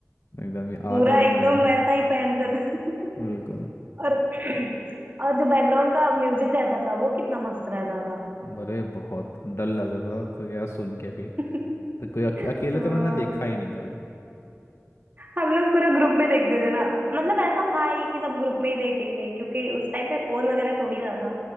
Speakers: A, on the left; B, on the right.
A: एकदम ही
B: पूरा
A: आज हमें
B: एकदम
A: मिल जाए
B: वैसा ही पहनता था <laughs>
A: बिल्कुल
B: और और जो बैकग्राउंड का म्यूजिक रहता था वो कितना मस्त रहता था
A: भरे बहुत डर लगता था तो यार सुन के भी
B: <laughs>
A: तो कोई अके, अकेले
B: हाँ,
A: तो मैंने देखा ही नहीं कभी
B: हम लोग पूरा ग्रुप में देखते थे ना मतलब ऐसा था ही कि सब ग्रुप में ही देखेंगे क्योंकि उस टाइम पे फोन वगैरह थोड़ी ना था